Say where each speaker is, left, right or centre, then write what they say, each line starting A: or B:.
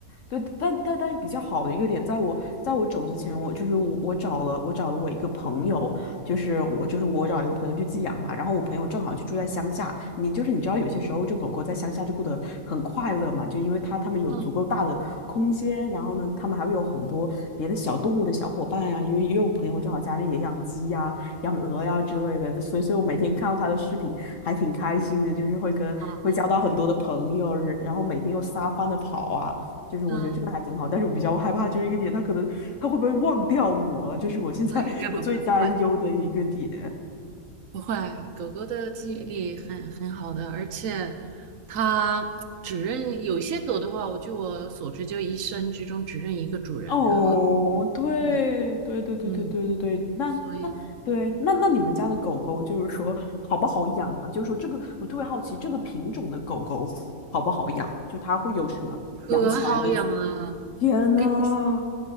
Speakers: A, on the left; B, on the right.
A: 对，但但但是比较好的一个点，在我在我走之前，我就是我我找了我找了我一个朋友，就是我就是我找一个朋友去寄养它，然后我朋友正好就住在乡下，你就是你知道有些时候就狗狗在乡下就过得很快乐嘛，就因为它它们有足够大的空间，
B: 嗯
A: 然后呢，它们还会有很多别的小动物的小伙伴呀、因为也有朋友正好家里也养鸡呀、养鹅呀之类的，所以所以我每天看到他的视频还挺开心的，就是会跟会交到很多的朋友，
B: 啊
A: 然后每天又撒欢的跑啊，就是我觉得这个还挺好，
B: 啊，
A: 但是我比较害怕就是一个点，他可能他会不会忘掉我，这是我现在我最担忧的一个点。
B: 那应该不会，不会。不会，狗狗的记忆力很很好的，而且它只认有些狗的话，我据我所知，就一生之中只认一个主人。
A: 哦，
B: 然后，
A: 对对对对对对对对，
B: 对，嗯，
A: 那那对那那你们家的狗狗就是说好不好养啊？
B: 所以
A: 就是说这个我特别好奇，这个品种的狗狗好不好养？就它会有什么养起来的？
B: 可好养了，
A: 天呐，
B: 我跟你说，